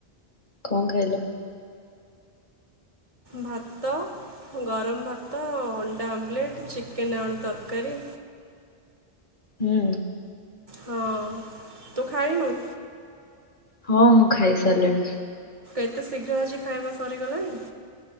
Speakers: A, on the left; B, on the right.
A: କଣ କହିଲ?
B: ଭାତ ଗରମ ଭାତ ଅଣ୍ଡା ଆମ୍ଲେଟ୍ ଚିକେନ୍ ଆଳୁ ତରକାରୀ।
A: ହୁଁ।
B: ହଁ ତୁ ଖାଇ ନୁ?
A: ହଁ ମୁଁ ଖାଇ ସାରିଲିଣି।
B: ଏତେ ଶୀଘ୍ର ଆଜି ଖାଇବା ସରିଗଲାଣି।